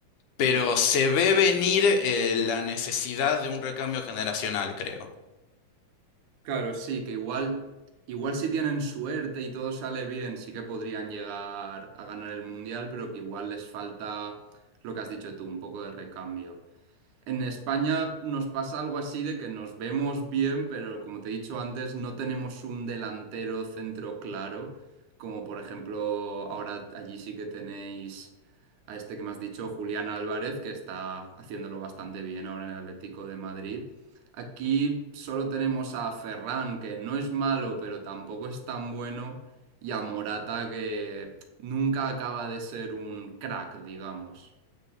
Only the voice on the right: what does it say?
mm.
Claro, sí, que igual, igual si tienen suerte y todo sale bien, sí que podrían llegar a ganar el mundial, pero que igual les falta lo que has dicho tú, un poco de recambio. En España nos pasa algo así de que nos vemos bien, pero como te he dicho antes, no tenemos un delantero centro claro, como por ejemplo ahora allí sí que tenéis a este que me has dicho, Julián Álvarez, que está haciéndolo bastante bien ahora en el Atlético de Madrid. Aquí solo tenemos a Ferran, que no es malo, pero tampoco es tan bueno, y a Morata, que nunca acaba de ser un crack, digamos.